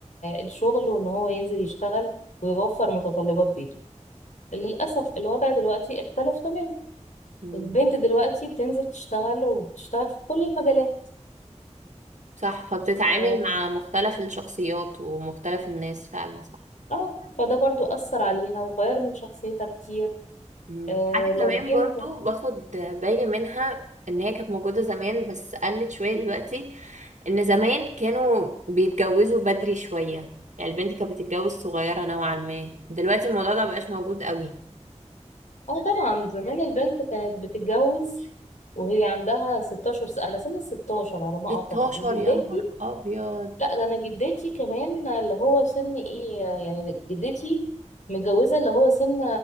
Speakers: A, on the left (about 75°); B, on the right (about 75°).
A: الشغل وان هو ينزل يشتغل ويوفر متطلبات بيته للاسف الوضع دلوقتي اختلف تماما
B: مم.
A: البنت دلوقتي بتنزل تشتغل وبتشتغل في كل المجالات
B: صح فبتتعامل
A: اه
B: مع مختلف الشخصيات ومختلف الناس فعلا صح
A: آه، فده برضو أثر عليها وغير من شخصيتها كتير
B: مم.
A: آه
B: حاجة
A: لو
B: كمان
A: جينا
B: برضو
A: ب-
B: باخد بالي منها ان هي كانت موجودة زمان بس قلت شوية دلوقتي ان زمان كانوا بيتجوزوا بدري شوية يعني البنت كانت بتتجوز صغيرة نوعا ما دلوقتي الموضوع ده مبقاش موجود قوي
A: اه طبعا زمان البنت كانت بتتجوز وهي عندها 16 سنة على سن ال 16 على ما
B: 16
A: أعتقد وجدتي
B: يا نهار ابيض
A: لا ده أنا جدتي كمان اللي هو سن إيه يعني جدتي متجوزة اللي هو سن